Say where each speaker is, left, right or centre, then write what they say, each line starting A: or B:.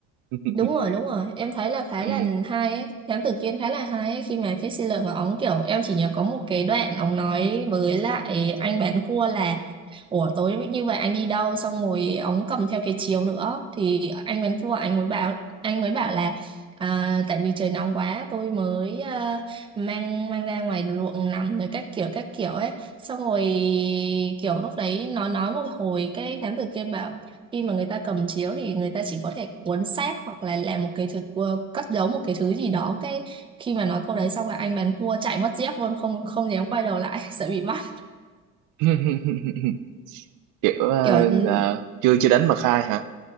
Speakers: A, on the right; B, on the right.
A: <laughs>
B: đúng rồi đúng rồi em thấy là khá
A: Ừ.
B: là hay ấy. Thám tử Kiên khá là hay ấy. khi mà cái Sư Lượng của ống kiểu em chỉ nhớ có một cái đoạn ống nói với lại anh bán cua là ủa tối như vậy anh đi đâu xong rồi ống cầm theo cái chiếu nữa thì anh bán cua anh mới bảo anh mới bảo là à, tại vì trời nóng quá tôi mới à, mang mang ra ngoài ruộng nằm rồi các kiểu các kiểu ấy xong rồi kiểu lúc đấy nó nói một hồi cái thám tử Kiên bảo khi mà người ta cầm chiếu thì người ta chỉ có thể cuốn xác hoặc là làm một cái thứ ờ, cất giấu một cái thứ gì đó cái khi mà nói câu đấy xong là anh bán cua chạy mất dép luôn không không dám quay đầu lại <laughs> sợ bị bắt
A: <laughs> kiểu ờ,
B: kiểu ừ,
A: ờ, chưa chưa đánh mà khai hả